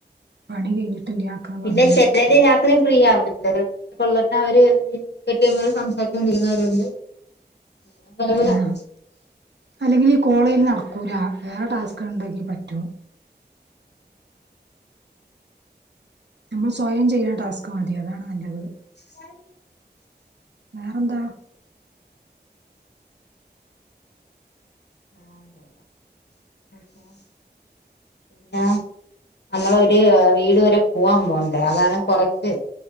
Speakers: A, on the right; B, on the left.
A: പണി കഴിഞ്ഞിട്ടില്ല ആക്കാ
B: പിന്നെ
A: പറഞ്ഞത്
B: ചെലര് രാത്രി ഫ്രീ ആവില്ല കൊള്ള തന്നെ അവര് കെട്ടിയ സംസാരിച്ചുകൊണ്ടിരിക്കുന്നവരുണ്ട് <unintelligible>
A: ആ അല്ലെങ്കിൽ ഈ കോളേജിൽ നടക്കൂല വേറെ ടാസ്ക് ണ്ടെങ്കി പറ്റും. നമ്മൾ സ്വയം ചെയ്യ്ണ ട്ടാസ്ക് മതി അതാണ് നല്ലത്
B: <unintelligible>
A: വേറെന്താ
B: ആഹ് <unintelligible> പിന്നെ നമ്മളൊരു വീട് വരെ പോവാൻ പോണ്ട് അതാണ് കുറച്ച്